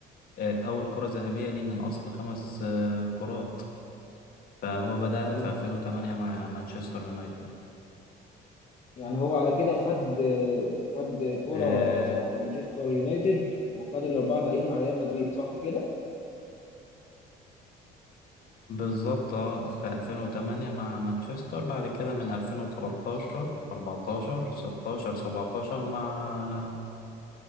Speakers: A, on the left; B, on the left.
A: آه، اول كرة ذهبية ليه من اصل خمس آه، كرات فهو بدأها
B: اي
A: في 2008 مع مانشستر يونايتد
B: يعني هو على كده خد خد كرة
A: آه،
B: مع مانشستر يونايتد وخد الأربعة الباقيين مع ريال مدريد صح كده؟
A: بالظبط اه في 2008 مع مانشستر بعد كده من 2013 14 16 17 مع